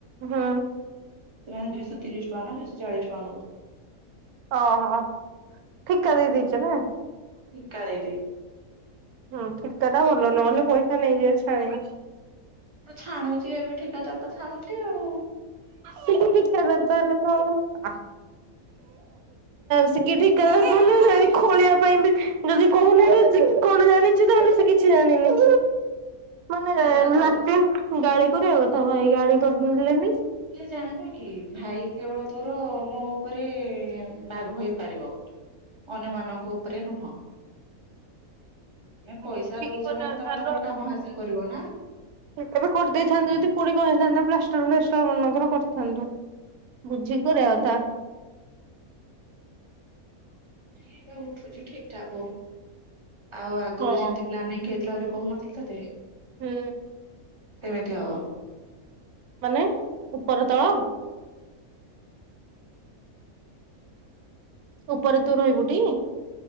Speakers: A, on the right; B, on the right.
A: ହଁ।
B: ତ୍ରୟଁ ଦୁଇଶ ତିରିଶ୍ ଟଙ୍କା ନା ଦୁଇଶହ ଚାଳିସ୍ ଟଙ୍କା ନୋଉଚି।
A: ଓ ହୋ ଠିକା ଦେଇ ଦେଇଚ ନାଁ।
B: ହଁ ଠିକା ଦେଇଦେଇ
A: ହଁ ଠିକା ଟା ଭଲ ନହେଲେ ପଇସା ନେଇଯିବ ଛାଣି
B: ତ ଛାଣୁଚି ଏବେ ଠିକାଦାର୍ ତ ଛାଣୁଚି ଆଉ।
A: ଠିକ୍ ଠିକ୍ ଠିକ୍ କେବେରୁ ତାହାଲେ ମୋ ଆ ସିକେ ଠିକା ଧରିଥାନ୍ତେ ଖୋଳିବା ପାଇଁ ବି ଯଦି କହୁନା କଣ ଜାଣିଛି ତାହେଲେ ସେ କିଛି ଜାଣିନି। ମାନେ
B: ସେଇଟା ତ
A: ଲାଟି ଗାଳି କରିବା କଥା ଭାଇ ଗାଳି କରିଲେନି।
B: କିଏ ଜାଣିନ କି ଭାଇ କେବଳ ତୋର ମୋ ଉପରେ ବାଘ ହେଇପାରିବ। ଅନ୍ୟମାନଙ୍କ ଉପରେ ନୁହଁ।
A: <inaudible>
B: ତମେ ପଇସା
A: ବୁଝିକି
B: ଦଉଚ
A: କରିବାର
B: ମାନେ ତମେ
A: କଥା
B: ତମର କାମ ହାସଲ କରିବ ନା।
A: ହେତବଳେ କରିଦେଇଥାନ୍ତୁ ଯଦି ପୁଣି କଣ ହେଇଥାନ୍ତା ପ୍ଲାଷ୍ଟର ଫ୍ଲାଷ୍ଟର ମନେକର କରଥାନ୍ତୁ। ବୁଝିିକି କରିବା କଥା।
B: ଏଟା ଉଠୁଚି ଠିକ୍ ଠାକ୍ ହୋଉ ଆଉ ଆଗୁରୁ
A: ହଁ।
B: ଯେମତି ପିଲାମାନେ ଘେ ଥିଲା ବୋଲି କହୁନଥିଲି ତତେ?
A: ହୁଁ।
B: ସେମିତି ହବ।
A: ମାନେ ଉପର ତଳ? ଉପରେ ତୁ ରହିବୁଟି?